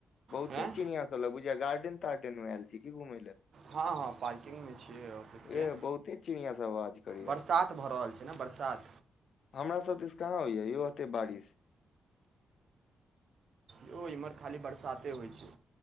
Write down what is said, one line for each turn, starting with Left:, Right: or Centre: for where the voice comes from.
Left: बहुते
Right: हैं
Left: चिड़िया सब चल बुझिया गार्डे तार्डेन में ऐल छी घुमय लए?
Right: हाँ हाँ पार्किंग में छीयै ऑफिस के।
Left: ए बहुते चिड़ियां सब आवाज करै
Right: बरसात भऽ रहल छैय ने बरसात।
Left: हमरा सभ दिस कहाँ होइया यौ एतै बारिश।
Right: यौ इम्हर खाली बरसाते होई छैय।